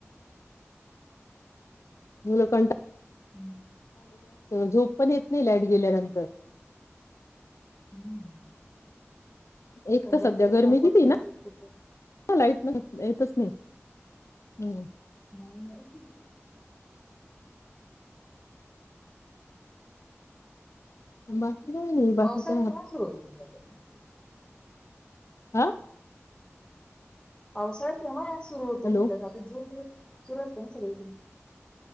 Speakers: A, on the left; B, on the left.
A: मुलं काही
B: हं.
A: झोप पण येत नाही लाईट गेल्यानंतर
B: हम्म.
A: एक
B: संध्याकाळी
A: तर सध्या
B: काय
A: गरमी
B: होमवर्क
A: किती आहे
B: घ्यायचं
A: ना.
B: असतो पण
A: लाईट येतच नाही हं.
B: नाही नाही.
A: बाकी काही नाही बाकी
B: पावसाळा
A: तर
B: केव्हा सुरू होतो तुमच्याकडे
A: हा
B: पावसाळा केंव्हा सुरू होतो
A: हॅलो
B: म्हंटल आता जून मध्ये सुरू असतो ना सगळीकडे.